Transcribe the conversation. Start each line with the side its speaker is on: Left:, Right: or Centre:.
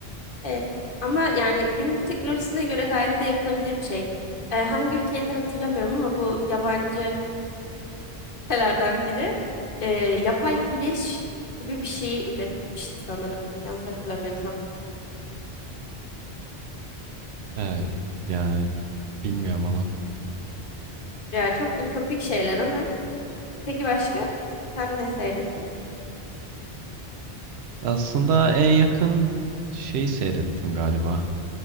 Left: evet. Ama yani günümüz teknolojisine göre gayet de yapılabilir bir şey. Ee, hangi ülkeydi hatırlamıyorum ama bu yabancı ülkelerden biri e, yapay güneş gibi bir şeyi üretmişti sanırım. Yanlış hatırlamıyorsam.
Right: Evet, yani Bilmiyorum onu.
Left: Ya çok ütopik şeyler ama Peki başka? Sen ne seyrettin?
Right: Aslında en yakın şeyi seyrettim galiba.